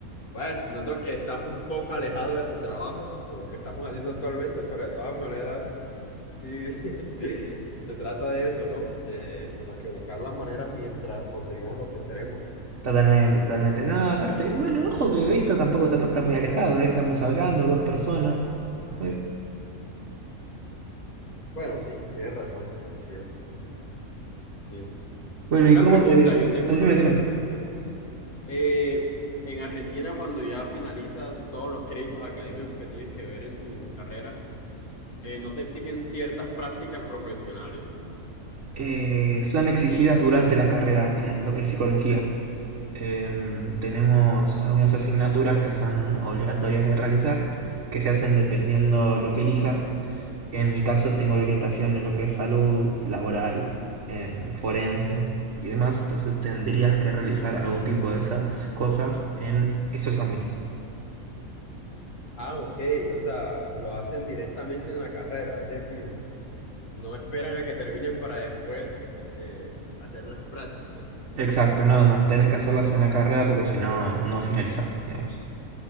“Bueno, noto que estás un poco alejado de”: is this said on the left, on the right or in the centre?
Left